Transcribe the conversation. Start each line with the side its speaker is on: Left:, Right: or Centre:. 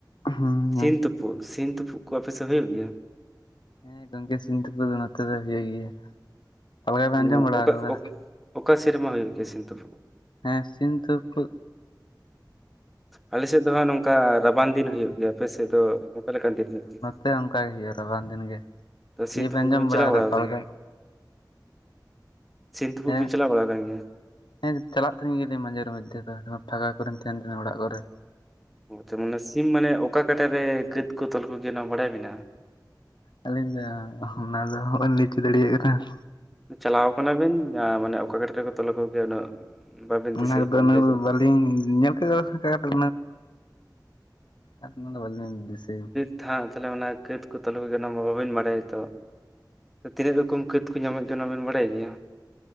Left: ᱦᱮᱸ
Centre: ᱥᱤᱢ ᱛᱩᱯᱩᱜ ᱥᱤᱢ ᱛᱩᱯᱩᱜ ᱠᱚ ᱟᱯᱮ ᱥᱮᱫ ᱦᱩᱭᱩᱜ ᱜᱮᱭᱟ
Left: ᱦᱮᱸ ᱜᱚᱝᱠᱮ ᱥᱤᱢ ᱛᱩᱯᱩᱜ ᱫᱚ ᱱᱚᱛᱮ ᱫᱚ ᱦᱩᱭᱩᱜ ᱜᱮᱭᱟ᱾ ᱯᱟᱞᱮ ᱵᱮᱱ
Centre: ᱢᱟᱱᱮ
Left: ᱟᱸᱡᱚᱢ ᱵᱟᱲᱟ
Centre: ᱚᱠᱟ
Left: ᱟᱠᱟᱫᱟ
Centre: ᱚᱠ ᱚᱠᱟ ᱥᱮᱨᱢᱟ ᱦᱩᱭᱩᱜ ᱜᱮᱭᱟ ᱥᱤᱢ ᱛᱩᱯᱩᱜ
Left: ᱦᱮᱸ ᱥᱤᱢ ᱛᱩᱯᱩᱜ
Centre: ᱟᱞᱮ ᱥᱮᱫ ᱫᱚ ᱦᱟᱸᱜ ᱱᱚᱝᱠᱟ ᱨᱟᱵᱟᱝ ᱫᱤᱱ ᱦᱩᱭᱩᱜ ᱜᱮᱭᱟ ᱟᱯᱮ ᱥᱮᱫ ᱫᱚ ᱚᱠᱟ ᱞᱮᱠᱟᱱ ᱫᱤᱱ ᱦᱩᱭᱩᱜ ᱜᱮᱭᱟ
Left: ᱥᱮ ᱚᱱᱠᱟ ᱜᱮ ᱦᱩᱭᱩᱜ-ᱟ ᱨᱟᱵᱟᱝ ᱫᱤᱱ ᱜᱮ
Centre: ᱛᱚ ᱥᱤᱢ
Left: ᱤᱭᱟᱹ
Centre: ᱛᱩᱯᱩᱜ
Left: ᱯᱮ ᱟᱸᱡᱚᱢ
Centre: ᱠᱚᱵᱤᱱ
Left: ᱵᱟᱲᱟ
Centre: ᱪᱟᱞᱟᱣ
Left: ᱟᱠᱟᱫᱟ ᱯᱟᱞᱜᱟᱱ
Centre: ᱟᱠᱟᱱᱟ? ᱥᱤᱢ ᱛᱩᱯᱩᱜ
Left: ᱦᱮᱸ
Centre: ᱵᱤᱱ ᱪᱟᱞᱟᱣ ᱵᱟᱲᱟ ᱟᱠᱟᱱ ᱜᱮᱭᱟ
Left: ᱦᱮᱸ ᱪᱟᱞᱟᱜ ᱛᱟᱦᱮᱱ ᱜᱮᱭᱟ ᱞᱤᱧ ᱢᱟᱡᱷᱮᱨ ᱢᱚᱫᱷᱮ ᱫᱚ ᱯᱷᱟᱜᱟ ᱠᱚᱨᱮᱱ ᱛᱟᱦᱮᱱ ᱛᱟᱦᱮᱱᱟ ᱚᱲᱟᱜ ᱠᱚ ᱨᱮ
Centre: ᱦᱚᱭ ᱛᱚ ᱢᱟᱱᱮ ᱥᱤᱢ ᱢᱟᱱᱮ ᱚᱠᱟ ᱠᱟᱴᱟ ᱨᱮ ᱠᱟᱹᱛ ᱠᱚ ᱛᱚᱞ ᱠᱚ ᱜᱮᱭᱟ ᱚᱱᱟ ᱵᱟᱰᱟᱭ ᱢᱮᱱᱟᱜ-ᱟ
Left: ᱟᱹᱞᱤᱧ ᱫᱚ ᱚᱱᱟ ᱫᱚ ᱚᱦᱚ ᱞᱤᱧ ᱞᱟᱹᱭ ᱦᱚᱪᱚ ᱫᱟᱲᱮᱭᱟᱜ ᱠᱟᱱᱟ᱾
Centre: ᱪᱟᱞᱟᱣ ᱟᱠᱟᱱᱟ ᱵᱤᱱ ᱡᱟᱸ ᱢᱟᱱᱮ ᱚᱠᱟ ᱠᱟᱴᱟ ᱨᱮ ᱠᱚ ᱛᱚᱞ ᱟᱠᱚ ᱜᱮᱭᱟ ᱩᱱᱟᱹᱜ ᱵᱟᱵᱤᱱ
Left: ᱚᱱᱟ
Centre: ᱫᱤᱥᱟᱹᱭᱮᱫ
Left: ᱠᱚ ᱫᱚ
Centre: ᱠᱟᱱᱟ
Left: ᱩᱱᱟᱹᱜ
Centre: ᱥᱮ
Left: ᱫᱚ
Centre: ᱪᱮᱫ?
Left: ᱵᱟᱹᱞᱤᱧ ᱧᱮᱞ ᱠᱮᱫ <unintelligible> <unintelligible> ᱩᱱᱟᱹᱜ ᱫᱚ ᱵᱟᱹᱞᱤᱧ ᱫᱤᱥᱟᱹᱭᱟ᱾
Centre: ᱦᱮ ᱛᱟᱦᱚᱞᱮ ᱚᱱᱟ ᱠᱷᱟᱹᱛ ᱠᱚ ᱛᱚᱞ ᱟᱠᱚ ᱜᱮᱭᱟ ᱚᱱᱟ ᱢᱟ ᱵᱟᱹᱵᱤᱧ ᱵᱟᱲᱟᱭᱟ ᱛᱚ ᱛᱤᱱᱟᱹᱜ ᱨᱚᱠᱚᱢ ᱠᱟᱹᱛ ᱠᱚ ᱧᱟᱢᱚᱜ ᱜᱮᱭᱟ ᱚᱱᱟ ᱵᱮᱱ ᱵᱟᱰᱟᱭ ᱜᱮᱭᱟ᱾